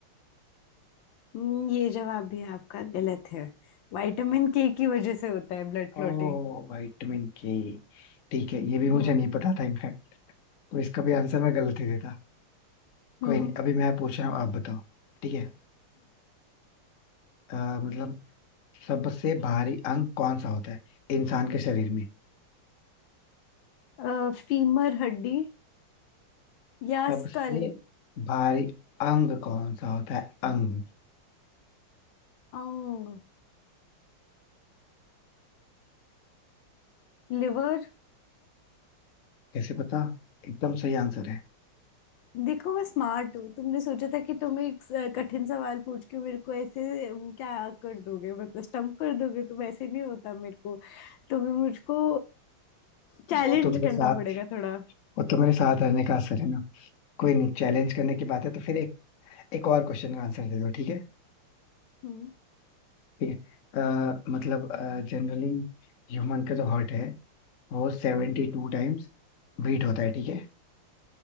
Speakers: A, on the left; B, on the left.
A: हम्म, ये जवाब भी आपका गलत है विटामिन के की वजह से होता है ब्लड क्लॉटिंग
B: Oh vitamin K ठीक है ये भी
A: हम्म
B: मुझे नहीं पता था इनफैक्ट तो इसका भी आंसर मैं गलत ही देता कोई
A: हम्म
B: नहीं अभी मैं पूछ रहा हूँ आप बताओ ठीक है अ, मतलब सबसे भारी अंग कौन सा होता है इंसान के शरीर में
A: हम्म फीमर हड्डी या
B: सबसे
A: स्कल
B: भारी अंग कौन सा होता है अंग
A: अंग लिवर
B: कैसे पता एकदम सही आंसर है
A: देखो मैं स्मार्ट हूँ तुमने सोचा था कि तुम एक स- कठिन सवाल पूछ के मेरे को ऐसे वो क्या कर दोगे मतलब स्टम्प कर दोगे तुम ऐसे नहीं होता मेरे को तुम्हें मुझको चैलेंज
B: वो तो मेरे
A: करना
B: साथ
A: पड़ेगा थोड़ा
B: वो तो मेरे साथ रहने का असर है ना कोई नहीं चैलेंज करने की बात है तो फिर एक एक और क्वेश्चन का आंसर दे दो ठीक है
A: हम्म
B: ठीक है आ, मतलब जनरली ह्यूमन का जो हार्ट है वो सेवेंटी टू टाइम्स बीट होता है ठीक है